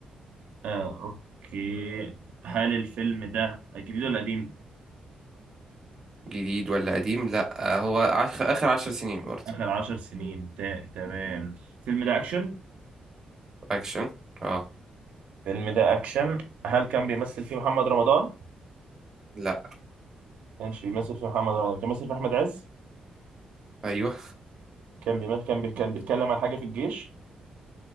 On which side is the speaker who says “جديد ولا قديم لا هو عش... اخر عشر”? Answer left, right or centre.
Right